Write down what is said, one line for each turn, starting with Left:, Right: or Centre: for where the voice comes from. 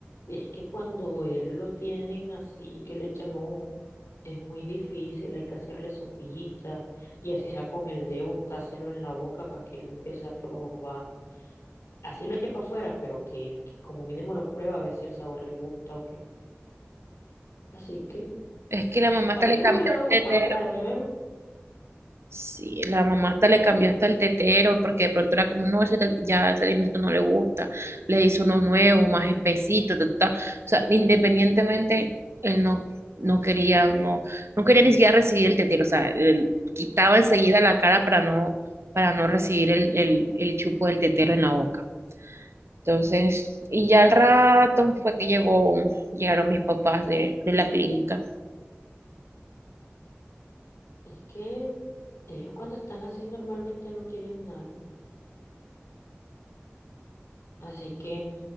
Left: es que cuando él lo tienen así, que le echan ojo, es muy difícil, hay que hacerle sopita y así sea con el dedo untárselo en la boca para que él empiece a probar. Así lo eche para afuera, pero que, que como mínimo lo prueba a ver si el sabor le gusta o qué. Así que
Right: Es que la mamá
Left: A
Right: hasta
Left: mí
Right: le
Left: me
Right: cambió
Left: hubiera
Right: el
Left: gustado
Right: tetero.
Left: traérmelo.
Right: Sí, la mamá hasta le cambió hasta el tetero, porque de pronto era como, no, ese te- ya ese alimento no le gusta, le hizo uno nuevo, más espesito, ta, ta, ta. O sea, independientemente, él no, no quería, no, no quería ni siquiera recibir el tetero, o sea, él quitaba enseguida la cara para no, para no recibir el, el, el chupo del tetero en la boca. Entonces, y ya al rato fue que llegó, llegaron mis papás de, de la clínica.
Left: Es que ellos cuando están así normalmente no quieren nada. Así que